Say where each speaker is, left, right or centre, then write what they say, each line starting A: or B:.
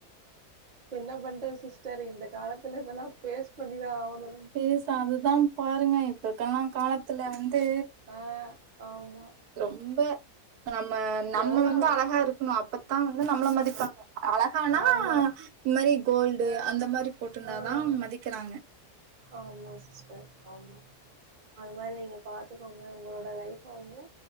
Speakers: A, on the right; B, on the right.
A: என்ன பண்றது சிஸ்டர் இந்த காலத்துல இதெலா ஃபேஸ் பண்ணிதா ஆவணு
B: பேச அதுதாம் பாருங்க இப்ப இருக்கலா காலத்துல வந்து
A: ஆஹ் ஆமா
B: ரொம்ப நம்ம நம்ம
A: எவ்வளோ
B: வந்து அழகா இருக்கணு அப்பத்தா வந்து நம்ள மதிப்பாங்க அழகானா
A: ஆமா
B: இந் மாரி கோல்டு
A: ஆஹ்
B: அந்த மாரி போட்ருந்தாதா
A: ஆஹ்
B: மதிக்கிறாங்க
A: ஆமா சிஸ்டர் ஆமா அது மாரி நீங்க பாத்துகோங்க உங்களோட லைஃப வந்து